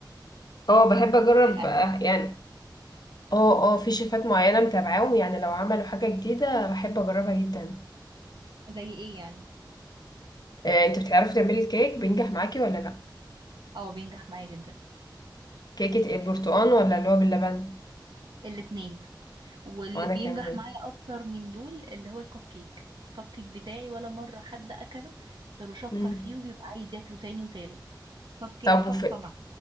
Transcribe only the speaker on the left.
اه بحب أجرب
آه،
يعني اه اه في شيفات معينة متابعاهم يعني لو عملوا حاجة جديدة بحب أجربها جدا
إيه. أنت بتعرفي تعملي الكيك بينجح معاكي ولا لأ
كيكة البرتقال ولا اللي هو باللبن
وأنا
كمان
مم.
طب
وفي